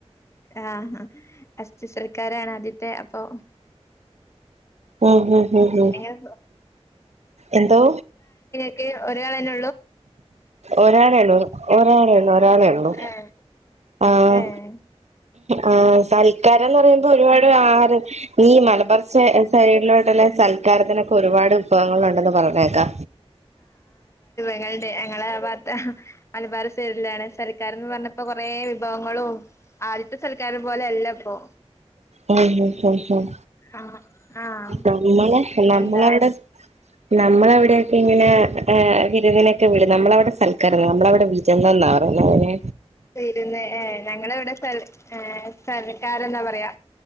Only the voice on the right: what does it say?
ഒഹൂ ഹോ ഹോ
എന്തോ?
ഒരാളേള്ളു ഒരാളേള്ളു ഒരാളേള്ളൂ
ആഹ്
ആഹ് സൽക്കാരന്ന് പറയുമ്പോ ഒരുപാട് ആഹാരം ഈ മലപ്പറച്ചേ സൈഡിലോട്ടുള്ള സൽക്കാരത്തിനൊക്കെ ഒരുപാട് ഭവങ്ങളുണ്ടന്ന് പറിണേക്കാ
ഉം ഉം ഉം ഉം
നമ്മളെ നമ്മള്ടെ
നമ്മളെ ഇവിടെക്കിങ്ങെനേ ഏഹ് വിരുന്നിനൊക്കെ വിടും നമ്മളവടെ സൽക്കാരന്ന് നമ്മളവടെ വിരുന്നാന്നാ പറയുന്നെങ്ങനെ